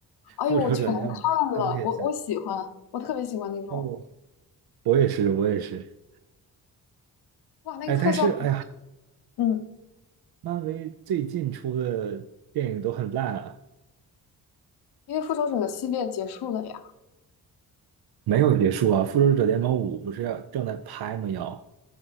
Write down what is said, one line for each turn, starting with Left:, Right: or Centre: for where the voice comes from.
Left: 哎呦，
Right: 《复仇者联盟》钢铁侠。
Left: 我全看了，我我喜欢，我特别喜欢那种，
Right: 哦，我也是，我也是。
Left: 哇，那个特效，
Right: 哎，但是哎呀，
Left: 嗯，
Right: 漫威最近出的电影都很烂啊，
Left: 因为复仇者系列结束了呀。
Right: 没有结束啊。《复仇者联盟五》不是要正在拍吗？要。